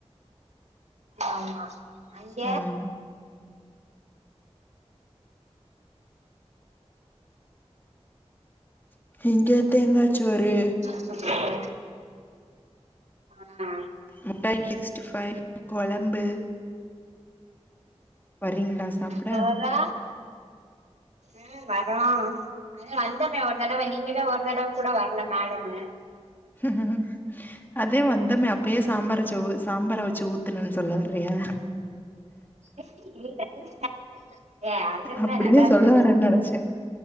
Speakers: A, on the right; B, on the left.
A: ஆமா அங்க
B: ம் இங்க தேங்கா சோறு
A: ஒ ம்
B: முட்டை சிக்ஸ்டி ஃபைவ் கொழம்பு வர்றீங்களா சாப்ட
A: பார்றா ம் <unintelligible> அப்புறம் அது வந்தமே ஒரு தடவ நீங்கதா ஒரு தடவ கூட வரல மேடமு
B: ம் அதே வந்தமே அப்பயே சாம்பாரச்ச சாம்பார வச்சு ஊத்துணு சொல்ல வறியா
A: இ <unintelligible> ஏ அது என்ன
B: அப்டின்னு
A: நல்ல தானோ
B: சொல்ல
A: வச்சிருந்த
B: வரேன்னு நெனச்சே